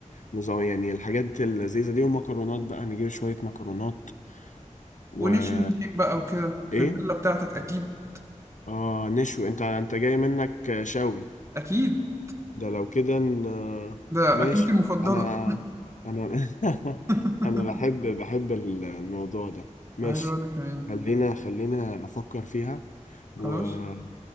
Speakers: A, on the left; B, on the right.
A: نظام يعني الحاجات اللذيذة دي ومكرونات بقى نجيب شوية مكرونات و
B: ونشوي هناك بقى وكده
A: ايه
B: في الفيلا بتاعتك اكيد
A: اه نشوي انت انت جاي منك شوي
B: اكيد
A: ده لو كده ن-
B: ده
A: ماشي
B: اكلتي المفضله
A: انا انا <laughs>
B: <laughs>
A: انا بحب بحب الموضوع ده ماشي
B: ايوه انا كمان
A: خلينا خلينا افكر فيها و-
B: خلاص